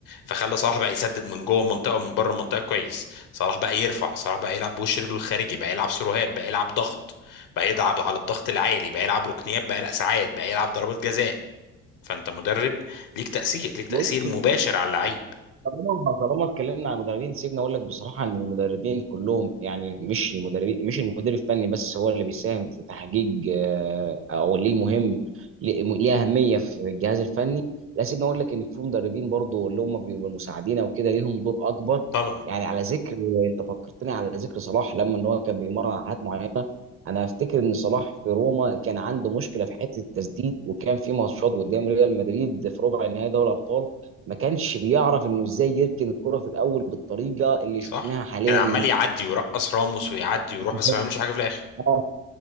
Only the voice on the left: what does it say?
فخلى صلاح بقى يسدد من جوه المنطقه ومن بره المنطقه كويس صلاح بقى يرفع صلاح بقى يلعب بوش رجله الخارجي بقى يلعب سروهات بقى يلعب ضغط بقى يلعب على الضغط العالي بقى يلعب ركنيات بقى يلعب ساعات بقى يلعب ضربات جزاء فانت مدرب ليك تاثير ليك
تاثير مباشر على اللعيب
طبعا
صح
كان عمال يعدي ويرقص راموس ويعدي ويروح
بس ما يعملش حاجه في الاخر